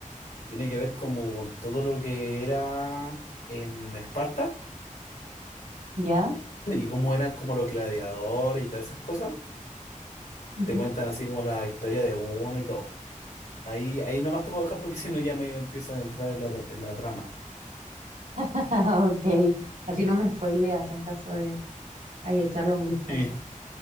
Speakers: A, on the left (about 85°); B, on the right (about 80°).
A: tiene que ver como con todo lo que era en Esparta
B: ¿Ya?
A: <laughs> y cómo eran como los gladiadores y todas esas cosas.
B: ujú.
A: Te cuentan así como la historia de uno y todo. Ahí, ahí nomás te puedo dejar porque <laughs> si no ya me empiezo a entrar en la, tra- en la trama.
B: <laughs> Ok, así no me spoileas en caso de ahí echarle un vistazo.
A: Sí,